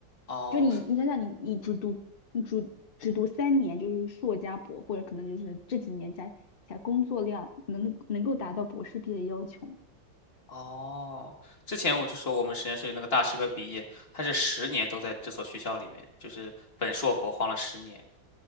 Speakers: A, on the left; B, on the left.
A: 哦
B: 就你你想想你你只读你只只读三年，就是硕加博，或者可能就是这几年加起来工作量能能够达到博士毕业要求。
A: 哦，之前我就说我们实验室有那个大师哥毕业，他是十年都在这所学校里面，就是本硕博晃了十年。